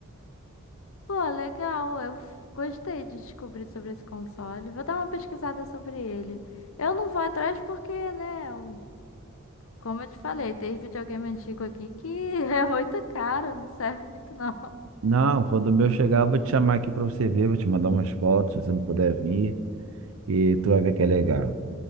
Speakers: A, on the left; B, on the right.
A: Pô, legal. Eu f- gostei de descobrir sobre esse console. Vou dar uma pesquisada sobre ele. Eu não vou atrás porque, né? é um Como eu te falei, tem videogame antigo aqui que <laughs> é muito caro, não serve muito não.
B: Não, quando o meu chegar, eu vou te chamar aqui pra você ver, vou te mandar umas fotos, se você não puder vir, e tu vai ver que é legal.